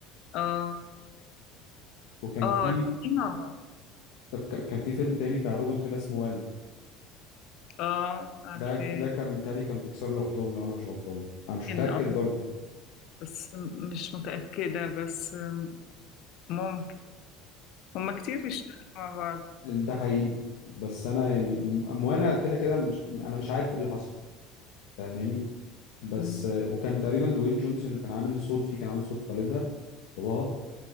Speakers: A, on the left; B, on the left.
A: آه
B: وكان
A: آه
B: في
A: الاتنين مع بعض
B: طب ك- كان في فيلم تاني بتاع روبوت كده اسمه والي
A: آه عارفة
B: ده ده كان متهيألي كان بيكسر لوحدهم لو انا مش غلطان انا
A: ممكن
B: مش متأكد
A: آه
B: برضو
A: بس م- مش متأكدة بس م- ممكن هما كتير بيشتغلوا مع بعض
B: فده حقيقي بس انا يعني م- وانا كده كده مش انا مش عارف ايه اللي حصل فاهماني بس
A: مم.
B: آه، وكان تقريبا دوين جونسون اللي كان عامل صوت فيه كان عامل صوت والدها باباها